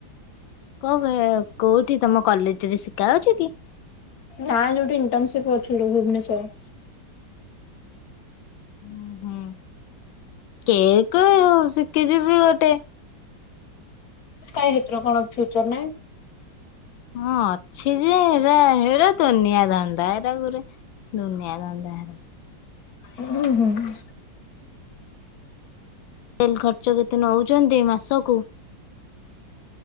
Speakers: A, on the left; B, on the left.
A: <unintelligible> କୋଉଠି ତମ କଲେଜରେ ଶିଖା ହଉଛି କି?
B: ନା ଯୋଉଠି ଇଣ୍ଟର୍ନସିପ୍ କରିଥିଲୁ ଭୁବନେଶ୍ଵରରେ।
A: ହୁଁ ହ। କେକ୍ ଶିଖିଯିବି ଗୋଟେ।
B: କାଇଁ ଏଥିରେ କଣ ଫ୍ୟୁଚର୍ ନାହିଁ।
A: ହଁ ଅଛି ଯେ ହେରା ହେରା ଦୁନିଆ ଧନ୍ଦା ଏରା ଗୁରେ। ଦୁନିଆ ଧନ୍ଦା ହେରା।
B: ହୁଁ ହୁଁ।
A: ଡେଲି ଖର୍ଚ୍ଚ କେତେ ନଉଚନ୍ତି ମାସକୁ।